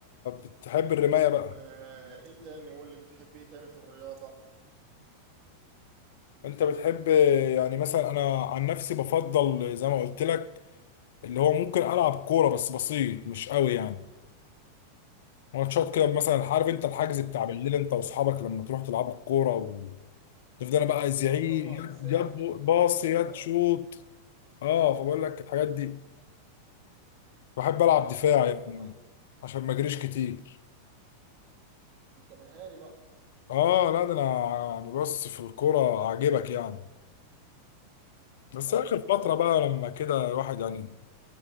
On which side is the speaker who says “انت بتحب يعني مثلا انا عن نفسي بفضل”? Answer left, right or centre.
Left